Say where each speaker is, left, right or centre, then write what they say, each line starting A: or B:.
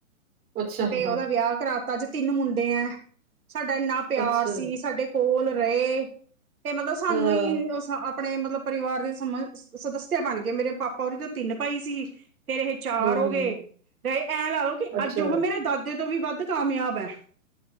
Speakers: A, on the right; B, on the right.
A: ਅੱਛਾ,
B: ਤੇ
A: ਹਾਂ,
B: ਉਹਦਾ ਵਿਆਹ ਕਰਾਤਾ ਅੱਜ ਤਿੰਨ ਮੁੰਡੇ ਆ, ਸਾਡਾ ਇੰਨਾ ਪਿਆਰ
A: ਅੱਛਾ,
B: ਸੀ ਸਾਡੇ ਕੋਲ ਰਹੇ, ਤੇ ਮਤਲਬ ਸਾਨੂੰ
A: ਹਾਂ,
B: ਹੀ ਆਪਣੇ ਮਤਲਬ ਪਰਿਵਾਰ ਦੇ ਸਮ ਸਦੱਸਿਆ ਬਣਗੇ ਮੇਰੇ ਪਾਪਾ ਉਹਦੇ ਤਾਂ ਤਿੰਨ ਭਾਈ ਸੀ। ਫੇਰ ਇਹ ਚਾਰ
A: ਹੂੰ-ਹੂੰ,
B: ਹੋ ਗਏ, ਐਂ ਲਗਦਾ ਕਿ
A: ਅੱਛਾ,
B: ਅੱਜ ਉਹ ਮੇਰੇ ਦਾਦੇ ਤੋਂ ਵੀ ਵੱਧ ਕਾਮਯਾਬ ਐ।